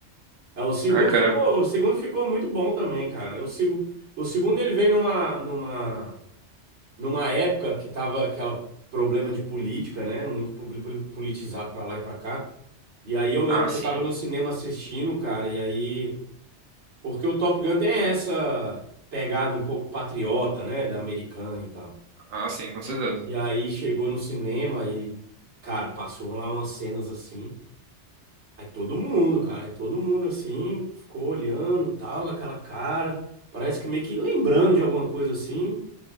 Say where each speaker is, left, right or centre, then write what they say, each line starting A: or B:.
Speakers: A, on the right; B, on the right.
A: É, o segundo
B: Ah, cara.
A: ficou, o segundo ficou muito bom também, cara. O, segu, o segundo ele veio numa, numa, numa época que tava aquele problema de política, né? Muito poli- poli- politizado pra lá e pra cá. E aí eu lembro
B: Ah,
A: que
B: sim.
A: eu tava no cinema assistindo, cara, e aí Porque o Top Gun tem essa pegada um pouco patriota, né? Da americana e tal.
B: Ah, sim, com certeza.
A: E aí chegou no cinema e, cara, passou lá umas cenas assim. Aí todo mundo, cara, aí todo mundo assim, ficou olhando, tal, com aquela cara. Parece que meio que lembrando de alguma coisa assim.